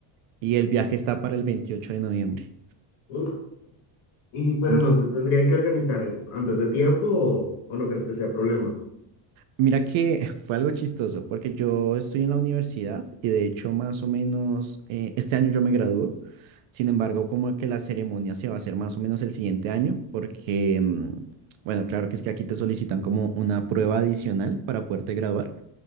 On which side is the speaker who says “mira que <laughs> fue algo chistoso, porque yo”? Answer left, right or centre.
Right